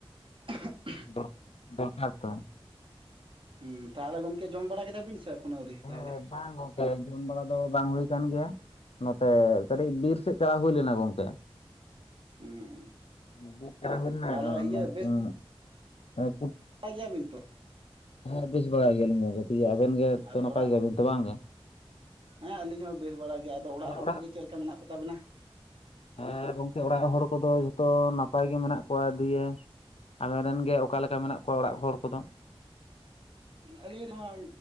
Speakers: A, on the right (about 60°); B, on the left (about 80°).
A: ᱦ <unintelligible>
B: <unintelligible> ᱫᱚᱨᱠᱟᱨ ᱛᱚ
A: ᱦᱩᱸ ᱛᱟᱦᱚᱞᱮ ᱜᱚᱢᱠᱮ ᱡᱚᱢ ᱵᱟᱲᱟ ᱠᱮᱫᱟ ᱵᱤᱱ ᱥᱮ ᱮᱠᱷᱚᱱᱚ ᱟᱹᱣᱨᱤ
B: ᱦᱮᱸ
A: ᱛᱟᱦᱚᱞᱮ
B: ᱵᱟᱝ ᱜᱚᱝᱠᱮ ᱡᱚᱢ ᱵᱟᱲᱟ ᱫᱚ ᱵᱟᱝ ᱦᱩᱭ ᱠᱟᱱ ᱜᱮᱭᱟ ᱱᱚᱛᱮ ᱠᱟᱹᱴᱤᱡ ᱵᱤᱨ ᱥᱮᱫ ᱪᱟᱞᱟᱣ ᱦᱩᱭ ᱞᱮᱱᱟ ᱜᱚᱝᱠᱮ <inaudible>
A: ᱦᱩᱸ ᱛᱟᱦᱚᱞᱮ ᱤᱭᱟᱹ ᱯᱟᱭ ᱜᱤᱭᱟ. ᱵᱤᱱ ᱛᱚ...
B: ᱦᱮᱸ ᱵᱮᱥ ᱵᱟᱲᱟᱭ ᱜᱮᱭᱟᱞᱤᱧ ᱜᱚᱝᱠᱮ ᱤᱭᱟ ᱟᱵᱮᱱ ᱜᱮ
A: ᱟᱨ
B: ᱛᱚ
A: ᱚᱲᱟᱜ
B: ᱱᱟᱯᱟᱭ ᱜᱮᱭᱟᱵᱮᱱ ᱛᱚ ᱵᱟᱝᱜ,
A: ᱦᱮᱸ ᱟᱹᱞᱤᱧ ᱦᱚᱸ ᱵᱮᱥ ᱵᱟᱲᱟ ᱜᱮᱭᱟ ᱟᱫᱚ
B: ᱦᱮᱸ
A: ᱦᱚᱲ
B: ᱚᱲᱟᱜ
A: ᱠᱚᱜᱮ ᱪᱮᱫ ᱞᱮᱠᱟ ᱢᱮᱱᱟᱜ ᱠᱚ ᱛᱟᱵᱮᱱᱟ?
B: ᱟᱨ ᱜᱚᱝᱠᱮ ᱚᱲᱟᱜ ᱦᱚᱲ ᱠᱚᱫᱚ ᱡᱷᱚᱛᱚ ᱱᱟᱯᱟᱭ ᱜᱮ ᱢᱮᱱᱟᱜ ᱠᱚᱣᱟ ᱫᱤᱭᱮ ᱟᱵᱮᱱ ᱨᱮᱱ ᱜᱮ ᱚᱠᱟᱞᱮᱠᱟ ᱢᱮᱱᱟᱜ ᱠᱚᱣᱟ ᱚᱲᱟᱜ ᱦᱚᱲ ᱠᱚ ᱫᱚ?
A: ᱟᱹᱞᱤᱧ ᱨᱮᱦᱚᱸ